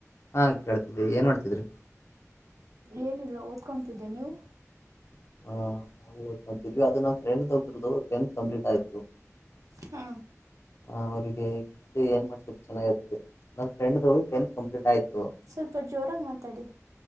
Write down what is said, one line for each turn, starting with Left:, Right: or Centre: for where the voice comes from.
Left: ಹಾ ಕೇಳ್ತಿದಿ ಏನ್ ಮಾಡ್ತಿದ್ರಿ
Right: ಏನಿಲ್ಲ ಓದ್ಕೊತಿದ್ದೆ ನೀವು
Left: <inaudible> ಹ ಓದಂತಿದ್ವಿ ಅದ ನ ಫ್ರೆಂಡ್ ಒಬ್ರದ್ದು ಟತ್ ಕಂಪ್ೀಟ್ ಆಯ್ತು
Right: ಹಾ
Left: ಅವ್ರರಿಗೆ ಏನ್ ಮಾಡ್ತ ಚೆನ್ನಾಗಿರುತ್ತೆ ನಮ್ ಫ್ರೆಂಡ್ ಟತ್ ಕಂಪ್ಲೀಟ್ ಆಯತು
Right: ಸ್ವಲ್ಪ ಜೋರಾಗಿ ಮಾತಾಡಿ